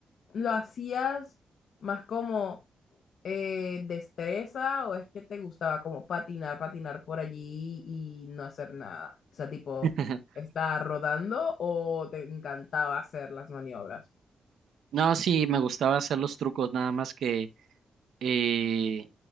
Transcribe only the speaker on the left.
¿lo hacías más como eh, destreza o es que te gustaba como patinar, patinar por allí y no hacer nada? O sea, tipo,
¿estar rodando o te encantaba hacer las maniobras?